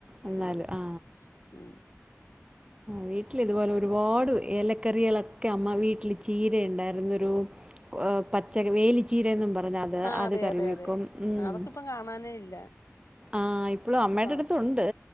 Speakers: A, on the right (about 20°); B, on the left (about 75°).
A: എന്നാലും
B: ഉം
A: ആ
B: ഉം
A: വീട്ടില ഇതുപോലെ ഒരുപാട് ഏലക്കറികളൊക്കെ അമ്മ വീട്ടില് ചീര ണ്ടായിരുന്നു ഒരു പച്ച വേലിച്ചീരന്നും പറഞ്ഞ് അത്
B: ആ
A: അത്
B: അറിയാം
A: കറി
B: റിയാം
A: വെക്കും
B: റിയാം
A: ഉം
B: അതൊക്കെ ഇപ്പം കാണാനേ ഇല്ല
A: ആഹ് ഇപ്പളും അമ്മയുടെ
B: ആ
A: അടുത്തുണ്ട്